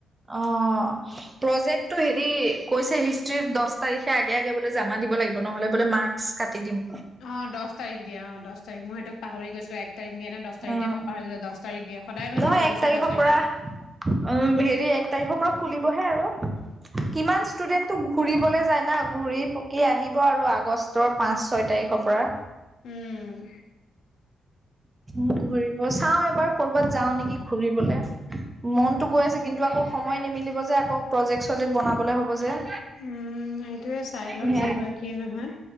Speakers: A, on the right; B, on the left.
A: অ' প্ৰজেক্টটো হেৰি কৈছে হিষ্ট্ৰী দহ তাৰিখে আগে-আগে বোলে জমা দিব লাগিব নহলে বোলে মাৰ্কচ কাটি দিম।
B: অ' দহ তাৰিখ দিয়া অ' দহ দহ তাৰিখ মই সেইটো পাহৰি গৈছো এক তাৰিখ দিয়ে নে দহ তাৰিখ
A: অ',
B: দিয়ে মই পাহৰি গৈছো, দহ তাৰিখ দিয়ে সদায় মানে
A: নহয়
B: প্ৰতি
A: এক
B: বছৰ
A: তাৰিখৰ
B: দহ তাৰিখে
A: পৰা
B: দিযে।
A: উম, হেৰি এক তাৰিখৰ পৰা খুলিবহে আৰু কিমান ষ্টুডেন্টো ঘুৰিবলৈ যায় না। ঘূৰি পকি আহিব আৰু আগ' আগষ্টৰ পাঁচ ছয় তাৰিখৰ পৰা।
B: উম
A: ম ঘূৰি চাও এবাৰ কৰ'বাত যাও নেকি ঘুৰিবলৈ, মনতো গৈ আছে কিন্তু আকৌ সময় নিমিলিব যে আকৌ প্ৰজেক্ট-চজেক্ট বনাবলৈ হ'ব যে।
B: উম, এইটোয়ে চাই ল
A: উম,
B: কি হয় কি নহয়।